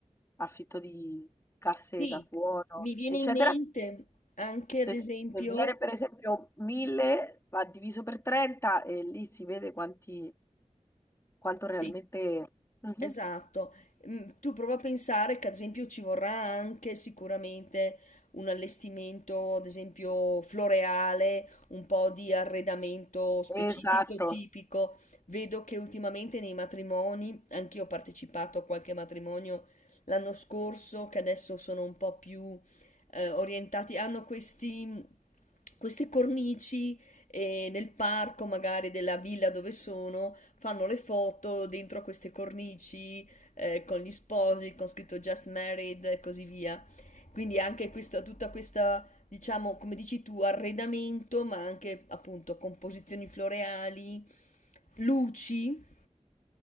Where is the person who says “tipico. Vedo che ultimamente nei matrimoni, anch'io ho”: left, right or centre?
Left